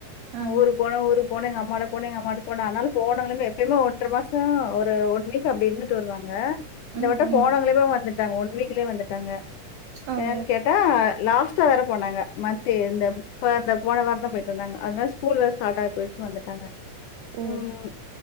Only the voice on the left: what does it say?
ஊருக்கு போன ஊருக் போனு அம்மாட்ட போனு அம்மாகிட்ட அனால போனங்குமே எப்பயுமே ஒன்றரை மாசோ ஒரு ஒன் வீக் அப்டி இருந்துட்டு வருவாங்க இந்த
வட்ட போனதுமே
வந்துட்டாங்க ஒன் வீக்லயே வந்துட்டாங்க
ஏன்னு
கேட்டா லாஸ்ட் ட்டு வற போனாங்க இன்னான் தெர்ல போன வாரந்தா போயிட்டு வந்தாங்க அதுனிரி ஸ்கூல் வேற ஸ்டார்ட் ஆகி போய்ச்சுனு வந்துட்டாங்க
ம்